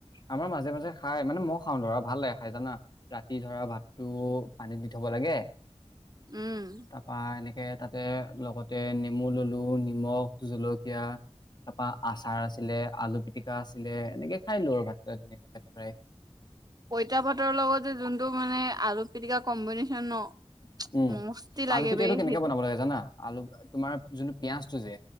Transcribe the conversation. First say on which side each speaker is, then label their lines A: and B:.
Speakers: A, on the left (about 40°); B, on the right (about 35°).
A: আমাৰ মাজে মাজে খাই, মানে ময় খাওঁ ধৰা, ভাল লাগে খাই জানা। ৰাতি ধৰা ভাতটো পানীত দি থ'ব লাগে, -
B: উম'।
A: তাপা এনেকে তাতে লগতে নেমু ললো নিমখ, জলকীয়া- তাপা আচাৰ আছিলে, আলু পিটিকা আছিলে এনেকে খাই দিলো আৰু ভাতটো পেত ভৰাই।
B: পঁইতা ভাতৰ লগতজে যোনটো মানে আলু পিটিকা কম্বিনেশ্যন ন-
A: উম,
B: মস্তি লাগে
A: আলু পিটিকাটো
B: বে
A: কেনেকে
B: সেইটো
A: বনাব লাগে জানা? আলু তোমাৰ যোনটো পিয়াঁজটো যে,